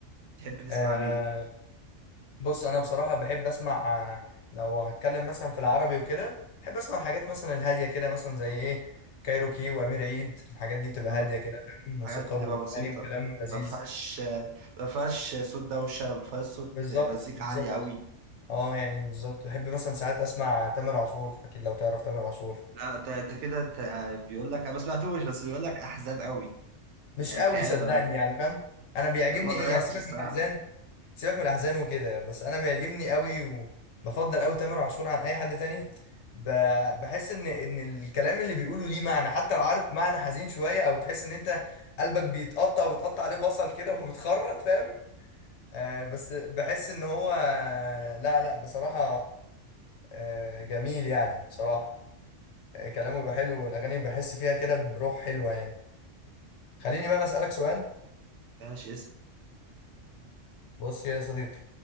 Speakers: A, on the right (about 70°); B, on the left (about 70°).
A: تحب تسمع
B: آه
A: مين
B: بص انا بصراحة بحب اسمع آه، لو هتكلم مثلا في العربي وكده بحب اسمع الحاجات مثلا الهادية كده مثلا زي ايه كايروكي وامير عيد الحاجات دي بتبقى
A: اه
B: هادية كده فاهم؟
A: حاجات
B: موسيقى
A: بتبقى
B: واغاني
A: بسيطة
B: وكلام لذيذ
A: ما فيهاش ما فيهاش صوت دوشة ما فيهاش صوت
B: بالظبط
A: مزيكا
B: بالظبط
A: عالية قوي
B: اه يعني بالظبط بحب مثلا ساعات اسمع تامر عاشور اكيد لو تعرف تامر عاشور
A: لا ده انت كده انت بيقول لك انا ما سمعتوش بس بيقول لك احزان قوي
B: مش
A: يعني
B: قوي
A: كآبة
B: صدقني
A: قوي
B: يعني فاهم انا بيعجبني
A: ما جربتش
B: ايه يعني سيبك
A: الصراحة
B: من الاحزان سيبك من الاحزان وكده بس انا بيعجبني قوي وبفضل قوي تامر عاشور عن اي حد تاني ب... بحس ان ان الكلام اللي بيقوله ليه معنى حتى لو عارف معنى حزين شويه او تحس ان انت قلبك بيتقطع وتقطع عليه بصل كده <laughs> وبتخرط فاهم آه بس بحس ان هو لا لا بصراحه آه جميل يعني بصراحه كلامه بيبقى حلو والاغاني بحس فيها كده بروح حلوه يعني خليني بقى انا اسالك سؤال
A: ماشي اسأل
B: بص يا صديقي